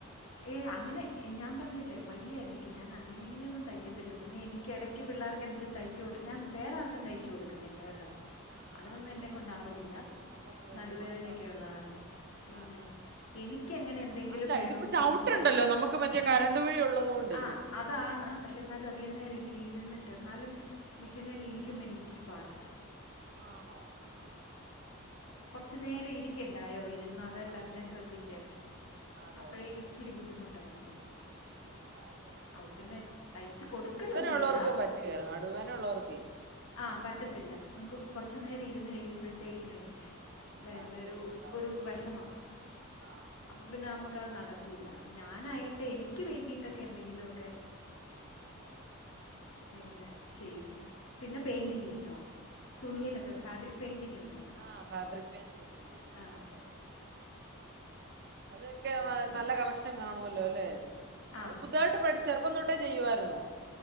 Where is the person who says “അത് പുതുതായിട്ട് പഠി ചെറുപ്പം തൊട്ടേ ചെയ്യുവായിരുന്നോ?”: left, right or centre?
Right